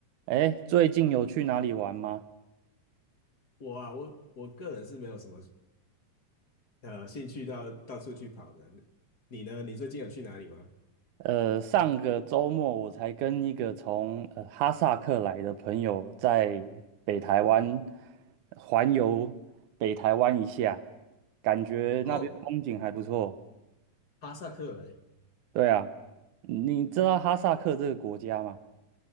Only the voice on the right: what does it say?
哎，最近有去哪里玩吗？
呃，上个周末我才跟一个从呃哈萨克来的朋友在北台湾环游北台湾一下，感觉那边风景还不错。
对啊，你知道哈萨克这个国家吗？